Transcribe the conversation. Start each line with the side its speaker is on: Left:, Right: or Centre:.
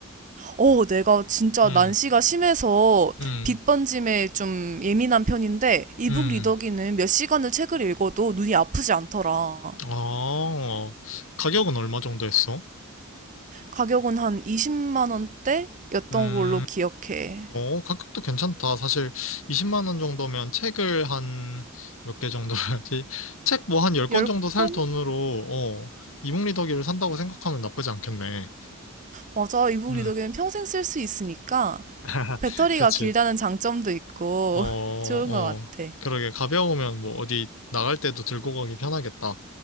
Right: 어, 내가 진짜
Left: 음,
Right: 난시가 심해서
Left: 음,
Right: 빛 번짐에 좀 예민한 편인데 이북
Left: 음.
Right: 리더기는 몇 시간을 책을 읽어도 눈이 아프지 않더라.
Left: 아, 가격은 얼마 정도 했어?
Right: 가격은 한 20만 원대였던
Left: 음,
Right: 걸로 기억해.
Left: 어, 가격도 괜찮다. 사실 20만 원 정도면 책을 한 몇 개 정도 해야지? <laughs> 책 뭐 한 열 권
Right: 10권?
Left: 정도 살 돈으로, 어, 이북리더기를 산다고 생각하면 나쁘지 않겠네.
Right: 맞아. 이북
Left: 음,
Right: 리더기는 평생 쓸 수 있으니까
Left: <laughs>
Right: 배터리가
Left: 그렇지.
Right: 길다는 장점도 있고
Left: 어, 어,
Right: <laughs> 좋은 것 같아.
Left: 그러게 가벼우면 뭐 어디 나갈 때도 들고 가기 편하겠다.